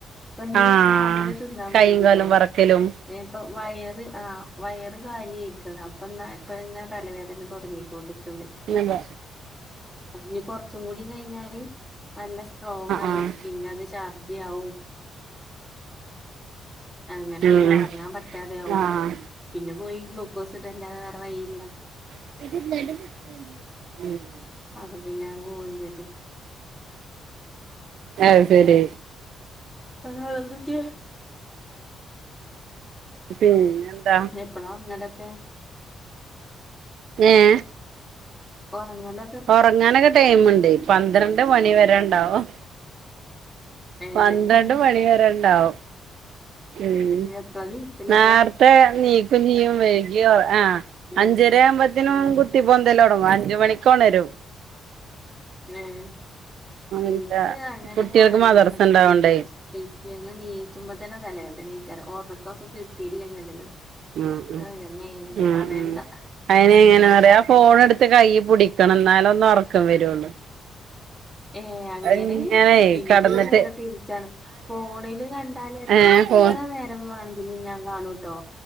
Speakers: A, in the centre; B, on the right.
A: ഇപ്പന്ന്
B: ആഹ്
A: രാവിലെ തിന്നാ വൈകി
B: കൈയും കാലും
A: ട്ടോ
B: വറക്കലും
A: ഏഹ് ഇപ്പം വയറ് ആഹ് വയറ് കാലി അയ്ക്ണ് അപ്പന്നാ ഇപ്പങ്ങനെ തലവേദന തൊടങ്ങി ക്കോണ്ട്ക്ക്ണ്ട്.
B: ആഹ്
A: ഇഞ്ഞ് കൊർച്ചും കൂടിം കഴിഞ്ഞാല് നല്ല സ്ട്രോങായി
B: ആഹ്
A: പിന്നെ അത് ശർദി ആവും അങ്ങനെ പിന്നെ
B: ഉം
A: ഉറങ്ങാൻ പറ്റാതെയാവും.
B: ആഹ്
A: പിന്നെ പോയി ഗ്ലൂക്കോസ് ഇടല്ലാതെ വേറെ വഴിയില്ല.
B: <unintelligible>
A: അപ്പപിന്നെ അത് പോവും ചെജ്ജും
B: ആഹ് ശരി
A: അഹാ എന്തൊക്കെ
B: പിന്നെ ന്താ
A: എപ്പളാ ഒർങ്ങലൊക്കെ?
B: ഏഹ്?
A: ഒറങ്ങലെ
B: ഒർങ്ങാനൊക്കെ ടൈമ്ണ്ട് പന്ത്രണ്ട് മണി വരെണ്ടാവും
A: ഏഹ്
B: പന്ത്രണ്ട് മണി വരെണ്ടാവും ഉം
A: എപ്പളാ നീച്ചലപ്പൊ
B: നാർത്തെ നീക്കും ചിയ്യും വഴ്കിയ ആഹ്
A: ഉം
B: അഞ്ചര ആവുമ്പത്തിനും
A: ഉം
B: കുത്തി പൊന്തല് തൊടങ്ങും അഞ്ച് മണിക്കോണരും.
A: ഏഹ് ഇൻക്ക്
B: എന്താ
A: അങ്ങനെ
B: കുട്ടികൾക്ക്
A: കൊറങ്ങ
B: മദർസ
A: ഞാൻ പർഞ്ഞിലേ
B: ഉണ്ടാവണ്ടേ
A: ച്ച് പിറ്റേന്ന് നീച്ചുമ്പത്തന്നെ തലവേദനേക്കാരം. ഒറക്കൊക്കെ കിട്ടിയില്ലെങ്കിണ്ടല്ലോ
B: ഉം ഉ
A: ഏ ന്റമ്മേ
B: ഉം
A: പറയണ്ട
B: ഉം അയിനെ ഇങ്ങനെ പറയാ ഫോണ് ട്ത്ത് കയ്യി പിടിക്കണം ഇന്നാലൊന്ന് ഒറക്കം വരൊള്ളൂ
A: ഏഹ് അങ്ങനെ
B: ഇങ്ങനെ
A: എനിക്കിന്നാ
B: കടന്നിട്ട്
A: നേരെ തിരിച്ചാണ്. ഫോണില് കണ്ടാല് എ
B: ഏഹ് ഫോ
A: ത്ര നേരം വേണെങ്കിലും ഞാൻ കാണൂട്ടോ